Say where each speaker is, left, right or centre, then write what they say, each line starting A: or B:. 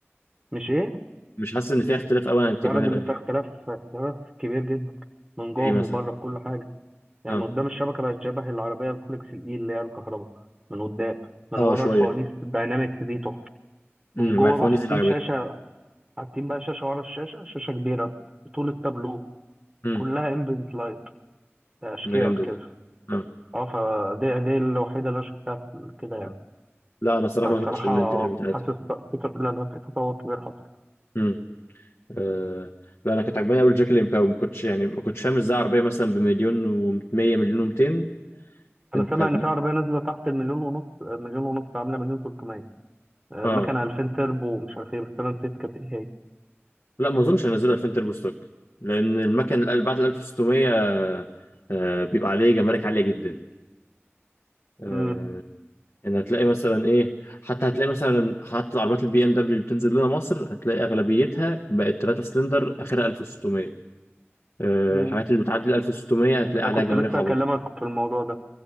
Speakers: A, on the right (about 20°); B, on the left (about 65°).
A: مش ايه
B: مش حاسس ان فيها اختلاف قوي عن التيجوان
A: ده الراجل
B: القديم
A: ده فيه اختلاف اختلاف كبير جدا من جوه
B: ايه
A: ومن
B: مثلا
A: بره في كل حاجه يعني
B: اه
A: من قدام الشبكه بقت شبه العربيه الفولكس الاي اللي هي الكهرباء من قدام من
B: اه
A: ورا
B: شويه
A: الفوانيس الداينامكس دي تحفه
B: امم
A: من جوه
B: ما الفوانيس
A: بقى حاطين
B: دي اللي عجبتني
A: شاشه حاطين بقى شاشه ورا الشاشه شاشه كبيره بطول التابلو
B: امم
A: كلها امبنت لايت اشكال
B: ده جامده
A: كده
B: دي اه
A: اه فدي دي الوحيده اللي انا شفتها في كده يعني
B: آه. لا انا الصراحه
A: فبصراحه
B: ما شفتش الانتيريور بتاعتها
A: حاسس في ت- لا لا في تطور كبير حصل
B: امم آه. لا انا كنت عجباني قوي الجاك ليمباو ما كنتش يعني ما كنتش فاهم ازاي عربيه مثلا بمليون و100 مليون و200
A: انا
B: انت
A: سامع ان في عربيه نازله تحت المليون ونص مليون ونص عامله مليون 300 آه،
B: اه
A: مكنه 2000 تربو ومش عارف ايه بس انا نسيت كانت ايه هي
B: لا ما اظنش هينزلوا 2000 تربو ستوك لان المكن ال- بعد ال 1600 آه، بيبقى عليه جمارك عاليه جدا آه،
A: امم
B: يعني هتلاقي مثلا ايه حتى هتلاقي مثلا حتى العربيات البي ام دبليو اللي بتنزل لنا مصر هتلاقي اغلبيتها بقت 3 سلندر اخرها 1600 آه،
A: امم
B: الحاجات اللي بتعدي ال 1600 هتلاقي
A: انا
B: عليها
A: كنت
B: جمارك
A: لسه
B: عبيطه
A: هكلمك في الموضوع ده